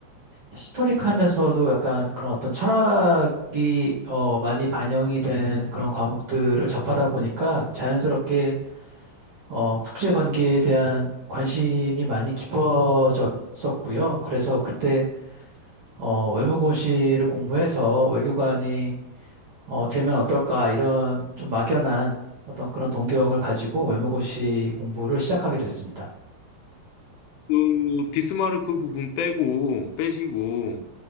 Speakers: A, on the right (about 65°); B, on the left (about 85°).
A: 히스토릭하면서도 약간 그런 어떤 철학이 어, 많이 반영이 된 그런 과목들을 접하다 보니까 자연스럽게 어, 국제 관계에 대한 관심이 많이 깊어졌었고요. 그래서 그때 어, 외무고시를 공부해서 외교관이 어, 되면 어떨까 이런 좀 막연한 어떤 그런 동경을 가지고 외무고시 공부를 시작하게 됐습니다.
B: 그, 비스마르크 부분 빼고, 빼시고,